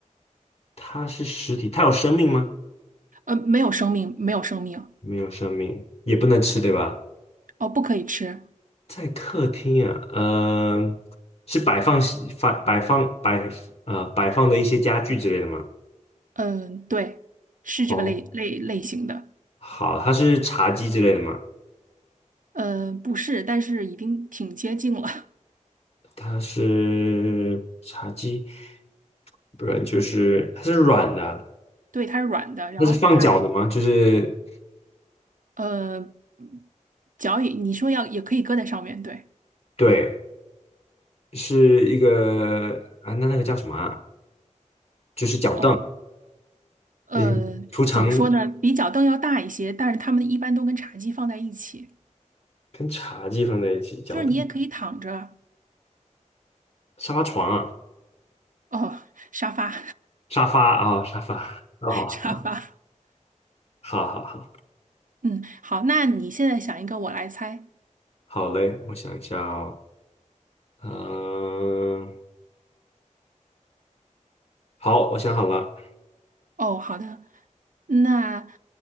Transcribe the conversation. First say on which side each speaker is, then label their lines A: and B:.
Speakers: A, on the left (about 50°); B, on the right (about 85°).
A: 它是实体，它有生命吗？
B: 呃，没有生命，没有生命，
A: 没有生命，也不能吃，对吧？
B: 哦，不可以吃，
A: 在客厅啊，呃，是摆放摆摆放摆呃摆放的一些家具之类的吗？
B: 嗯、对，是这个类类类型的，
A: 哦，好，它是茶几之类的吗？
B: 嗯，不是，但是已经挺接近了，
A: 它是茶几，不是，就是它是软的，
B: <laughs> 对，它是软的，然后它还
A: 它是放脚的吗？就是
B: 呃，脚也，你说要也可以搁在上面，对。
A: 对，是一个啊，那那个叫什么啊？就是脚凳，
B: 哦，呃，
A: 嗯，储藏
B: 怎么说呢？比脚凳要大一些，但是它们一般都跟茶几放在一起，
A: 跟茶几放在一起，脚凳、
B: 就是你也可以躺着。
A: 沙发床啊，
B: 哦，沙发，
A: 沙发啊，沙发，<laughs> 哦，
B: <laughs> 沙发。
A: 好好好。
B: 嗯，好，那你现在想一个，我来猜。
A: 好嘞，我想一下哦，嗯、好，我想好了，
B: 哦，好的。那